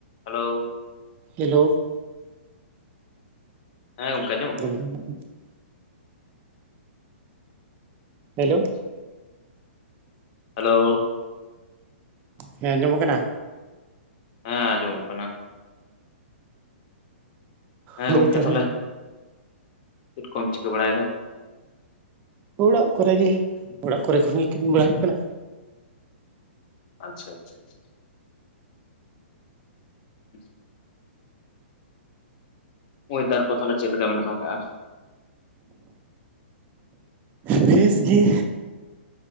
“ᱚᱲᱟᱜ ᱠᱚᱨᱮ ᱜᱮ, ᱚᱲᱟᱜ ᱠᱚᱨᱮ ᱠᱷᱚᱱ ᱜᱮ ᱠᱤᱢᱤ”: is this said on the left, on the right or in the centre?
Right